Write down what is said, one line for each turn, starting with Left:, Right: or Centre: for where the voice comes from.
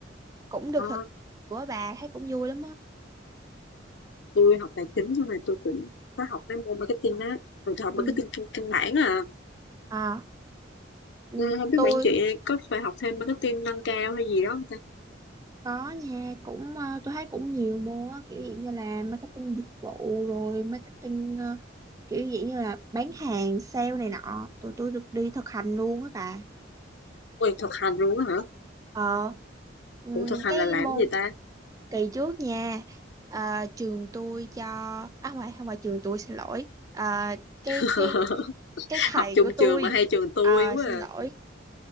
Right: cũng được
Left: ờ.
Right: thực của bà thấy cũng vui lắm á.
Left: tôi học tài chính nhưng mà tôi cũng có học mấy môn marketing á rồi tôi học
Right: Ừ.
Left: marketing căn căn bản à
Right: Ờ, ừm,
Left: Ừ, không biết
Right: tôi
Left: quản trị có phải học thêm marketing nâng cao hay gì đó không ta
Right: có nha, cũng ờ, tôi thấy cũng nhiều môn á, kiểu dạng như là marketing dịch vụ rồi marketing ờ, kiểu dạng như là bán hàng, sale này nọ, tụi tôi được đi thực hành luôn á bà.
Left: Ui, thực hành luôn á hả
Right: Ờ. Ừm,
Left: ủa thực
Right: cái
Left: hành là làm
Right: môn
Left: gì ta
Right: kỳ trước nha ờ, trường tôi cho à không phải không phải trường tôi xin lỗi Ờ, cái
Left: <laughs>
Right: cái cái thầy
Left: học chung
Right: của tôi
Left: trường mà hai trường tôi
Right: ờ,
Left: quá
Right: xin
Left: à.
Right: lỗi